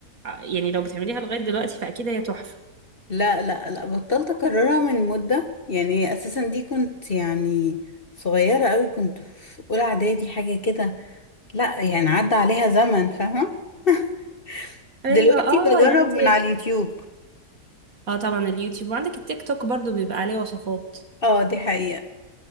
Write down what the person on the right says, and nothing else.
ع- يعني لو بتعمليها لغاية دلوقتي فأكيد هي تحفة
ايوه
اه
يعني انت
اه طبعا اليوتيوب وعندك التيك توك برضو بيبقى عليه وصفات